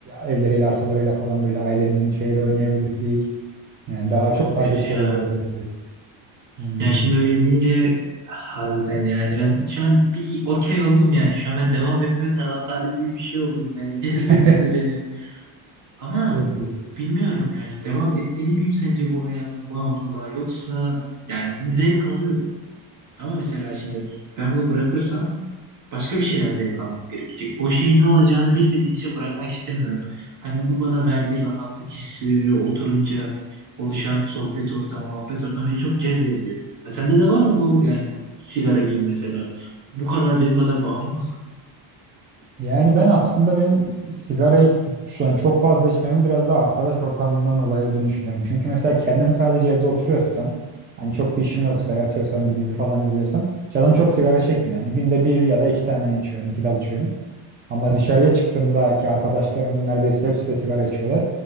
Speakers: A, on the right (about 20°); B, on the right (about 40°).
A: evleriyle, arsalarıyla falan böyle ailemizin şeyiyle oynayabilirdik. Yani
B: Ya
A: daha çok
B: çok
A: daha
B: kötü
A: kötü şeyler
B: ya.
A: olabilirdi. Aynen
B: Yani şimdi
A: öyle.
B: öyle deyince harbiden yani ben şu an bir okey oldum yani. Şu an ben devam etme taraftarı gibi bir şey oldum yani. <laughs> Cezbetmedi
A: <laughs>
B: beni. Ama
A: Yok. yok.
B: bilmiyorum yani devam etmeli miyim sence bu hayata, bu bağımlılığa yoksa yani zevk alıyorum. Ama mesela şimdi ben bunu bırakırsam başka bir şeyden zevk almam gerekecek. O şeyin ne olacağını bilmediğim için bırakmak istemiyorum. Hani onun bana verdiği rahatlık hissi, oturunca oluşan sohbet ortamı, muhabbet ortamı beni çok cezbediyor. Ya sende de var mı bu yani sigara gibi mesela? Bu kadar benim kadar bağımlı mısın?
A: Yani ben aslında benim sigarayı şu an çok fazla içmemin biraz daha arkadaş ortamından dolayı olduğunu düşünüyorum. Çünkü mesela kendim sadece evde oturuyorsam, hani çok bir işim yoksa, yatıyorsam, bir dizi falan izliyorsam, canım çok sigara çekmiyor. Yani günde bir ya da iki tane içiyorum, iki dal içiyorum. Ama dışarıya çıktığımda ki arkadaşlarım neredeyse hepsi de sigara içiyorlar.